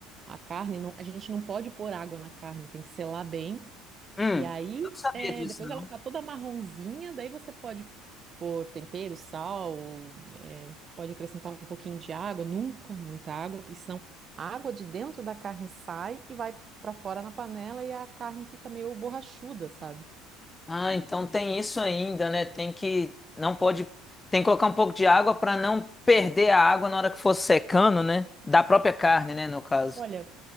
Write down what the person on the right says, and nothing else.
a carne. Não, a gente não pode pôr água na carne, tem que selar bem.
E aí,
é,
depois
ela tá toda marronzinha, daí você pode pôr tempero, sal, é, pode acrescentar um pouquinho de água, nunca muita água, porque senão a água de dentro da carne sai e vai para fora na panela e a carne fica meio borrachuda, sabe?
Olha,